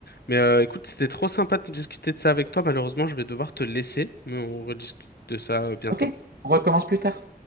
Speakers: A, on the left; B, on the right.
A: Mais euh, écoute, c'était trop sympa de discuter de ça avec toi. Malheureusement, je vais devoir te laisser, mais on rediscute de ça euh, bientôt.
B: Ok, on recommence plus tard.